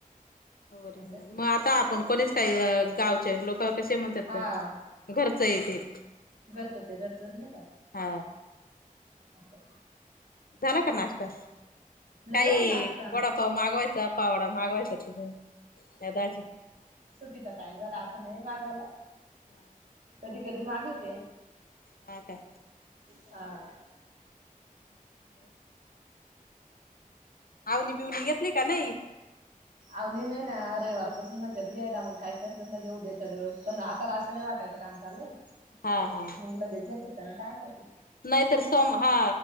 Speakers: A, on the left; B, on the right.
A: मग
B: असं
A: आता आपण कोणीच काई गावचे लोक कसे म्हणतात
B: हा
A: घरचं ये तेे.
B: घरचं ते घरचच नाही का.
A: हा
B: असं.
A: झाला का नाश्ता?
B: नाही
A: काय
B: हो नाश्ता
A: वडापाव मागवायचा पाव वडा मागवायचा. <unintelligible>
B: सुटीचा टाइम झाला आता नाही मागवला.
A: ह ह.
B: कधी कधी मागविते.
A: ह का?
B: हा.
A: <unintelligible> आवनी पिवणी घेतली का नाही?
B: अवही नाही ना रविवारपासून म्हणतात घ्यायला मग काय करते म्हणजे उद्याच्या दिवस पण आता असं नाही वाटायच. काम चालल
A: हा हा.
B: मग लगेच घेत काय माहित?
A: नाहीतर सम हा